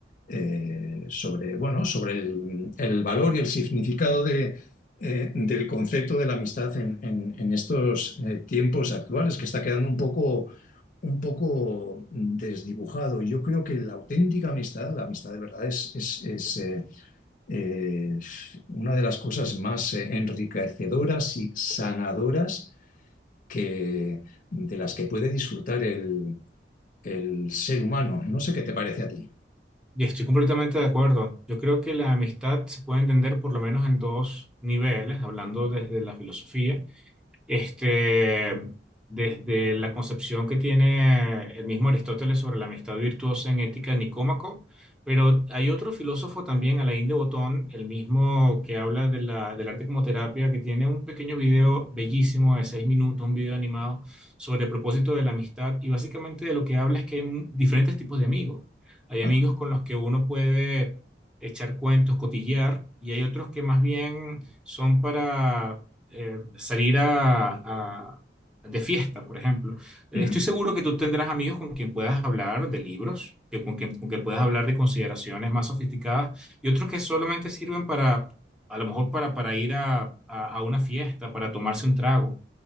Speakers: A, on the left; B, in the centre.
A: eh, sobre, bueno, sobre el, el valor y el significado de, eh, del concepto de la amistad en, en- en estos eh, tiempos actuales, que está quedando un poco un poco desdibujado. Yo creo que la auténtica amistad, la amistad de verdad, es, es- es, eh, eh, una de las cosas más eh, enriquecedoras y sanadoras que, de las que puede disfrutar el, el ser humano. No sé qué te parece a ti.
B: Y estoy completamente de acuerdo. Yo creo que la amistad se puede entender por lo menos en dos niveles, hablando desde la filosofía. Este, desde la concepción que tiene eh, el mismo Aristóteles sobre la amistad virtuosa en Ética de Nicómaco, pero hay otro filósofo también, Alain de Botton, el mismo que habla de la- del arte como terapia, que tiene un pequeño video bellísimo de seis minutos, un video animado sobre el propósito de la amistad y básicamente de lo que habla es que hay un- diferentes tipos de amigos. Hay
A: Ah,
B: amigos con los que uno puede echar cuentos, cotillear, y hay otros que más bien son para eh, salir a, a- de fiesta, por ejemplo. Eh,
A: ujú.
B: Estoy seguro que tú tendrás amigos con quien puedas hablar de libros, que, con quien, con quien puedas hablar de consideraciones más sofisticadas y otros que solamente sirven para, a lo mejor para, para ir a, a- a una fiesta, para tomarse un trago.